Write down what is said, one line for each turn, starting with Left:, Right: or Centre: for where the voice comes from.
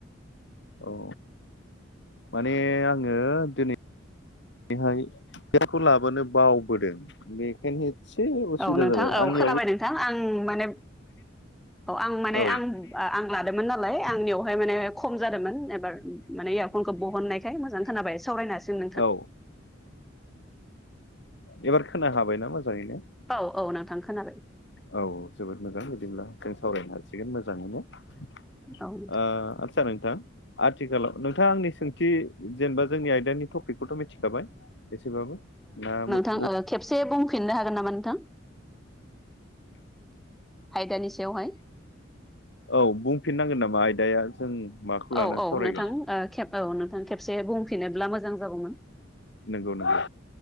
Left: औ माने आङो दिनै बेहाय <inaudible> लाबोनो बावबोदों बेखायनो एसे उसुबिदा
Centre: औ नोंथां
Left: जाबाय
Centre: औ
Left: आंनि
Centre: खोनाबाय नोंथां आं माने अ आं माने
Left: औ
Centre: आं आं लादोंमोन नालाय आंनियावहाय माने खम जादोंमोन एबार माने इरफन खौ बहननायखाय मोजां खोनाबाय सावरायनो हासिगोन नोंथां।
Left: औ एबार खोना हाबाय ना मोजां? मोजाङैनो
Centre: औ औ नोंथां खोनाबाय
Left: औ जोबोद मोजां बिदिब्ला जों सावरायनो हा थिगैनो मोजाङैनो ओ
Centre: औ नोंथां
Left: आथि सार नोंथां आथिखालाव नोंथाङा आंनि सोंथि जेनेबा जोंनि आयदानि टपिकखौथ' मिथिखाबाय? एसेबाबो दा मो
Centre: थां ओ खेबसे बुंफिननो हागोन नामा नोंथां? आयदानि सायावहाय
Left: औ बुंफिननांगोन नामा आयदाया जों माखौ लानानै
Centre: औ औ
Left: सावरायगोन
Centre: नोंथां ओ खेब औ नोंथां खेबसे बुंफिनोब्ला मोजां जागौमोन।
Left: नंगौ नंगौ